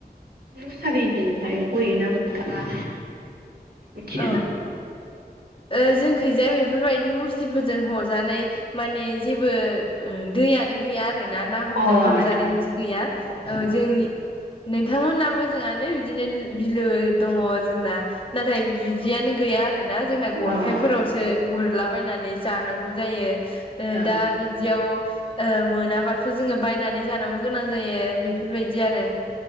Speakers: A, on the right; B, on the left.
A: अ सारिजोंहाय हयोना नोंथाङा मिथियोना
B: औ ओ जोंखैजा बेफोरबायदि मुस्रिफोरजों हजानाय माने जेबो ओ दैयानो गैया आर रो ना ना हमजा
A: अ
B: हजानाय
A: नोंथां
B: बिदि गैया
A: आदसा
B: औ जोंनि नोंथांमोन्ना मोजाङानो बिदिनो नो बिलो दङ जोंना नाथाय बिदि दियानो गैया आरो ना जोंना गरखायफोरावसो
A: औ औ
B: गुरलाबायनानै जानांगौ जायो ओ
A: अ
B: दा बिदियाव ओ मोनाबाथ' जोङो बायनानै जानांगौ गोनां जायो बेफोरबायदि आरो